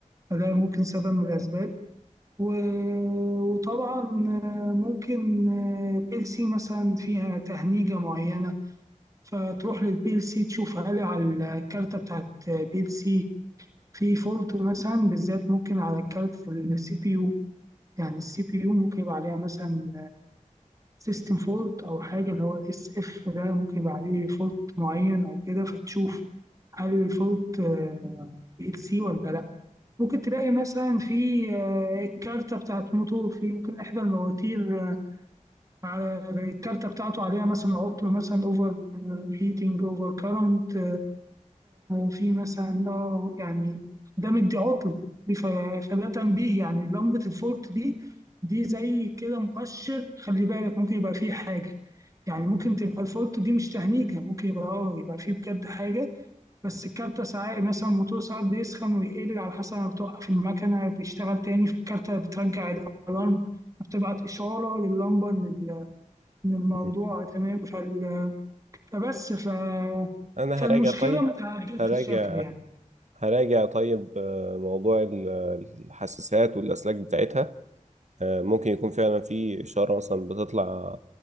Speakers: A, on the right; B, on the right.
A: فده ممكن سبب من الأسباب و- وطبعا آه، ممكن آه، بي ال سي مثلا فيها تهنيجة معينة فتروح للبي ال سي تشوف هل على الكارتة بتاعت بي ال سي في فولت مثلا بالذات ممكن على كارت السي بي يو يعني السي بي يو ممكن يبقى عليها مثلا سيستم فولت أو حاجة اللي هو الاس اف ده ممكن يبقى عليه فولت معين أو كده فتشوف هل الفولت بي ال سي ولا لأ ممكن تلاقي مثلا في آه، الكارتة بتاعت موتور في ممكن إحدى المواتير آه، على الكارتة بتاعته عليها مثلا عطل مثلا أوفر هيتنج أوفر كارنت في مثلا اه يعني ده مدي عطل دي ف- فده تنبيه يعني لمبة الفولت دي دي زي كده مؤشر خلي بالك ممكن يبقى فيه حاجة يعني ممكن تبقى الفولت دي مش تهنيجة ممكن يبقى اه يبقى فيه بجد حاجة بس الكارتة ساعات مثلا الموتور ساعات بيسخن ويقل على حسب ما بتوقف المكنة بيشتغل تاني في الكارتة بترجع الألارم بتبعت إشارة لللمبة إن ال- إن الموضوع
B: <laughs> مم.
A: تمام فال... فبس ف...
B: انا
A: فالمشكلة
B: هراجع طيب
A: متعددة
B: هراجع
A: الشكل يعني
B: هراجع طيب آه، موضوع ال- الحساسات والاسلاك بتاعتها آه، ممكن يكون فعلا في اشارة مثلا بتطلع